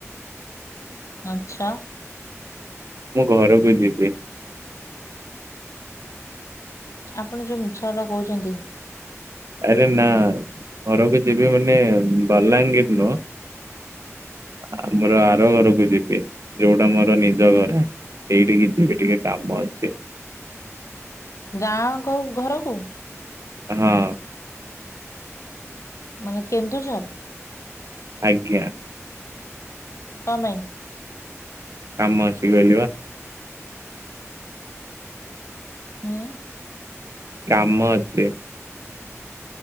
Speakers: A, on the left; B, on the right.
A: ଆଚ୍ଛା।
B: ମୁଁ ଘରକୁ ଯିବି।
A: ଆପଣ ଯୋଉ ମିଛ କଥା କହୁଚନ୍ତି।
B: ଆରେ ନା ଘରକୁ ଯିବି ମାନେ ବଲାଙ୍ଗୀର ନୁହଁ। ଆମର ଆର ଘରକୁ ଯିବି। ଯୋଉଟା ମୋର ନିଜ ଘର। ସେଇଠିକି ଯିବି ଟିକେ କାମ ଅଛି।
A: ଗାଁ କ ଘ-ଘରକୁ?
B: ହଁ।
A: ମାନେ କେନ୍ଦୁଝର?
B: ଆଜ୍ଞା।
A: କଣ ପାଇଁ?
B: କାମ ଅଛି କହିଲି ବା।
A: ହୁଁ।
B: କାମ ଅଛି।